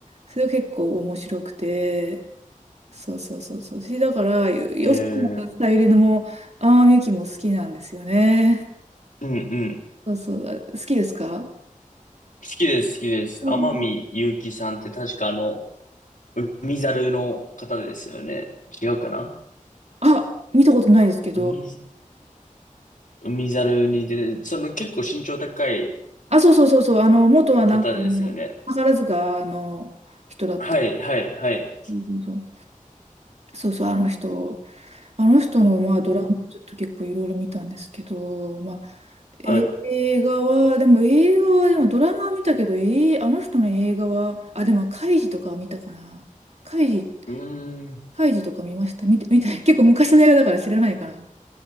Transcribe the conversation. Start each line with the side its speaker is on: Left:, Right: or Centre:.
Right: それが結構面白くて、そうそうそうそう。しだから、よ吉野さんゆりのも、
Left: ええ、
Right: ああ、みゆきも好きなんですよね。
Left: うんうん。
Right: そうそう。好きですか
Left: 好きです、好きです。
Right: うん
Left: 天海祐希さんって確かあの、海猿の方ですよね。違うかな
Right: あ、見たことないですけど。
Left: 海、海猿に出てその結構身長高い
Right: あ、そうそうそうそう。あの、元はなんかあの、
Left: 方ですよね。
Right: 宝塚の人だった。
Left: はい、はい、はい。
Right: うんうんそうそうそう、あの人。あの人の、まあ、ドラマちょっと結構いろいろ見たんですけど、
Left: なるほど。
Right: まあ、え映画は、
Left: はい。
Right: でも映画は、でもドラマは見たけど、えあの人の映画は、あ、でも、カイジとかは見たかな。カイジ、
Left: うーん。
Right: カイジとか見ました。見て、見て、結構昔の映画だから知らないかな。